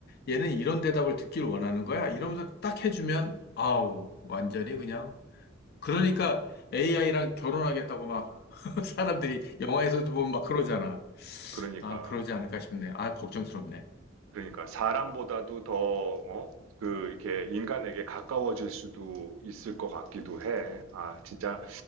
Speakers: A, on the left; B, on the right.
A: 얘는 이런 대답을 듣길 원하는 거야. 이러면서 딱 해주면 아우, 완전히 그냥. 그러니까 AI랑 결혼하겠다고 막 <laughs> 사람들이 영화에서도 보면 막 그러잖아.
B: 그러니까.
A: 아, 그러지 않을까 싶네. 아, 걱정스럽네.
B: 그러니까 사람보다도 더, 어? 그, 이렇게 인간에게 가까워질 수도 있을 것 같기도 해. 아, 진짜